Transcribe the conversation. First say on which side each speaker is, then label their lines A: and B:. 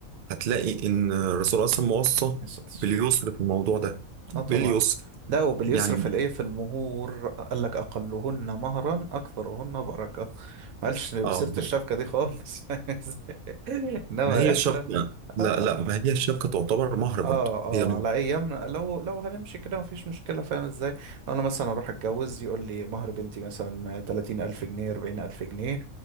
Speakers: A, on the right; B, on the right.
A: هتلاقي إن الرسول أصلا موصى
B: الصلاة والسلام.
A: باليسر في الموضوع ده باليسر
B: اه طبعا لا وباليسر
A: يعني
B: في الايه في المهور قال لك اقلهن مهرا اكثرهن بركه ما قالش بسيره
A: آه
B: الشبكه دي خالص <laughs> انما
A: ما هي
B: احنا
A: الشبكة
B: لا.
A: لا
B: آه.
A: لا ما هي الشبكة تعتبر مهر برضو
B: اه اه
A: هي مهر
B: على ايامنا لو لو هنمشي كده مفيش مشكله فاهم ازاي لو انا مثلا اروح اتجوز يقول لي مهر بنتي مثلا 30 الف جنيه 40 الف جنيه